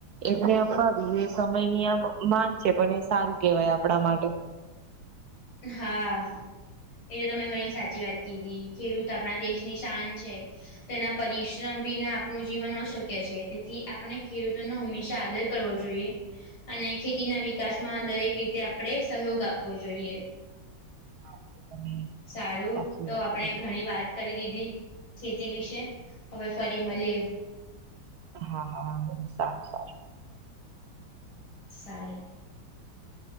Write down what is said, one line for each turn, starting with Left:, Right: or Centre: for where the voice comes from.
Right: એમને અપાવી એ સમયની આમ માન છે. પણ એ સારું કેવાય આપણા માટે.
Left: હા એ તમે ઘણી સાચી વાત કીધી. ખેડૂત આપણા દેશની શાન છે. તેના પરિશ્રમ વિના આપણું જીવન અશક્ય છે. તેથી આપણે ખેડૂતોનો હંમેશા આદર કરવો જોઈએ. અને ખેતીના વિકાસમાં દરેક રીતે આપણે સહયોગ આપવો જોઈએ.
Right: હા તો તમે
Left: સારું
Right: સાચી
Left: તો
Right: વાત
Left: આપણે
Right: કીધી.
Left: ઘણી વાત કરી દીધી ખેતી વિશે હવે ફરી મલીએ.
Right: હા હા સારું સારું.
Left: સારું.